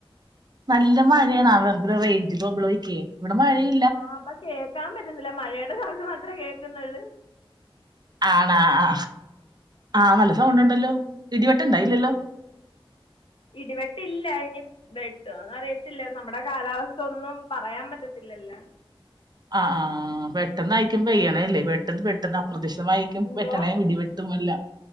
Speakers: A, on the right; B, on the left.
A: നല്ല മഴയാണ് അവരുടെ റെയ്ഞ്ചും പ്രോബ്ലമൊക്കെ ഇവിടെ മഴയാണ്
B: ആഹ അപ്പൊ കേൾക്കാൻ പറ്റുന്നില്ല മഴയുടെ സൗണ്ട് മാത്രേ കേക്കുന്നുള്ളൂ
A: ആണോ ആ ആഹ് നല്ല സൗണ്ട് ഉണ്ടല്ലോ ഇടിവെട്ട് ഇല്ലല്ലോ
B: ഇടിവെട്ടില്ല അതിന് ബെട്ട്ന്ന് അറിയത്തില്ല നമ്മുടെ കാലാവസ്ഥ ഒന്നും പറയാൻ പറ്റത്തില്ലല്ല
A: ആ ആഹ്ആ പെട്ടെന്ന് അായിക്കുമ്പോ പെയ്യണല്ലേ പെട്ടെന്ന് പെട്ടെന്ന് അപ്രതീക്ഷിതമായി ക്കും
B: എന്തോ
A: പെട്ടണയും ഇടിവെട്ടും എല്ലാം